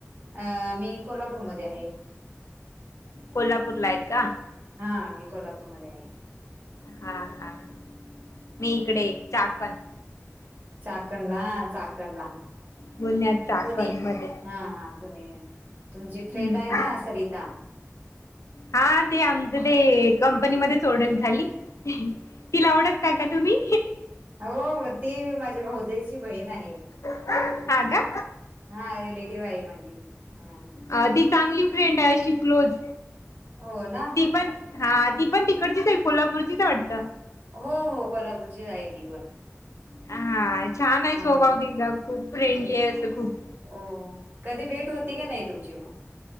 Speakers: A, on the right; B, on the left.
A: अ मी कोल्हापूरमध्ये आहे.
B: कोल्हापूर ला आहेत का.
A: हा मी कोल्हापूरमध्ये आहे.
B: हा हा हा मी इकडे चाकण
A: चाकण ला चाकण ला
B: पुण्यात चाकण
A: पुणे
B: मध्ये
A: हा हा पुणे तुमची
B: हम्म
A: फ्रेंड आहे ना सरिता
B: हा ते आमचं ते कंपनीमध्येध्येच ओळख झाली ती ला ओड का तुम्ही?
A: हो ती माझ्या भाऊजईची बहीण आहे.
B: हा का
A: हा रिलेटिव्ह आहे माझी हा
B: अ ती चांगली फ्रेंडा अशी क्लोज
A: हो ना
B: ती पण हा ती पण तिकडचीच आहे कोल्हापूरचीच वाटतं
A: हो हो कोल्हापूरची आहे ती पण
B: हा छान आहे
A: हा
B: स्वभाव तिचा खूप फ्रेंडली
A: ते
B: आहे असं खूप
A: हो कधी भेट होती की नाही तुमची मग